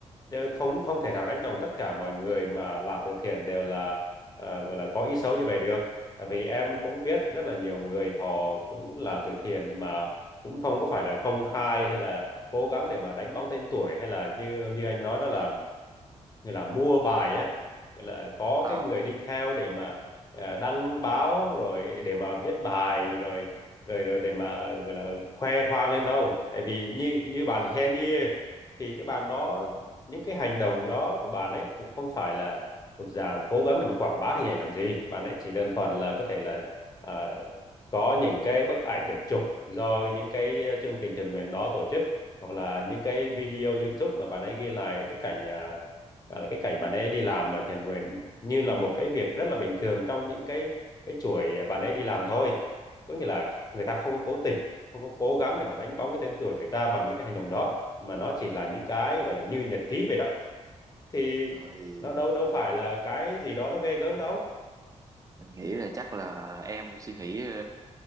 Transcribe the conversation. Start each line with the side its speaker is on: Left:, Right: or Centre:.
Left: chứ không không thể nào đánh đồng tất cả mọi người mà làm từ thiện đều là à, gọi là có ý xấu như vậy được tại vì em cũng biết rất là nhiều người họ cũng làm từ thiện mà cũng không có phải là công khai hay là cố gắng để mà đánh bóng tên tuổi hay là như như anh nói đó là người là mua bài á gọi là có
Right: à
Left: cái người đi theo để mà ờ, đăng báo rồi để mà viết bài rồi rồi rồi để mà gọi là khoe khoang lên đâu tại vì như như bạn Henny thì cái bạn đó những cái hành động đó của bạn ấy cũng không phải là thuộc dạng cố gắng để mà quảng bá hình ảnh làm gì bạn ấy chỉ đơn thuần là có thể là ờ, có những cái bức ảnh được chụp do những cái chương trình thiện nguyện đó tổ chức hoặc là những cái video YouTube mà bạn ấy ghi lại cái cảnh à, À, là cái cảnh bạn ấy đi làm mà thiện nguyện như là một cái việc rất là bình thường trong những cái cái chuỗi bạn ấy đi làm thôi có nghĩa là người ta không có cố tình không có cố gắng để mà đánh bóng cái tên tuổi người ta bằng những cái hành động đó mà nó chỉ là những cái gọi là như nhật ký vậy đó thì
Right: rồi
Left: nó đâu đâu phải là cái gì đó nó ghê gớm đâu
Right: anh nghĩ là chắc là em suy nghĩ ờ,